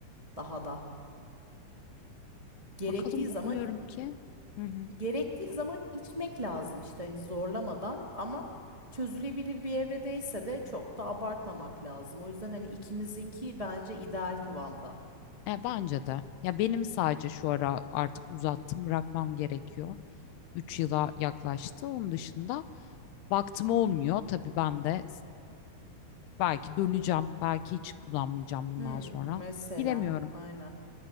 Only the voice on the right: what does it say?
Daha da. Gerektiği
zaman
gerektiği zaman içmek lazım işte hani zorlamadan ama çözülebilir bir evredeyse de çok da abartmamak lazım. O yüzden hani ikimizinki bence ideal kıvamda.
Hmm,
mesela.
Aynen.